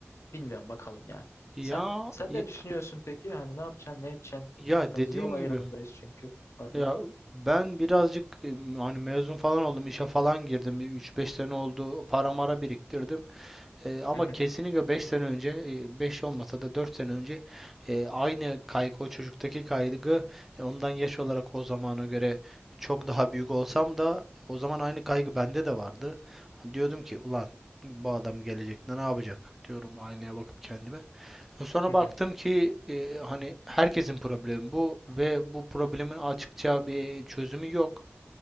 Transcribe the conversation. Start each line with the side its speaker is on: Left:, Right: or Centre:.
Left: Bilmiyorum bakalım ya.
Centre: Ya
Left: Sen sen
Centre: ya,
Left: ne düşünüyorsun peki? Hani ne yapacaksın, ne edeceksin?
Centre: ya
Left: Biraz
Centre: dediğim
Left: yol ayrımındayız
Centre: gibi
Left: çünkü. Pardon.
Centre: ya ben birazcık e, hani mezun falan oldum işe falan girdim bir üç beş sene oldu para mara biriktirdim. E, ama
Left: Hı hı,
Centre: kesinlikle 5 sene önce, e, 5 olmasa da 4 sene önce e, aynı kaygı, o çocuktaki kaygı e, ondan yaş olarak o zamana göre çok daha büyük olsam da o zaman aynı kaygı bende de vardı. Hani Diyordum ki ulan bu adam gelecekte ne yapacak diyorum aynaya bakıp kendime. E, Sonra
Left: hı hı,
Centre: baktım ki e, hani herkesin problemi bu ve bu problemin açıkça bir çözümü yok.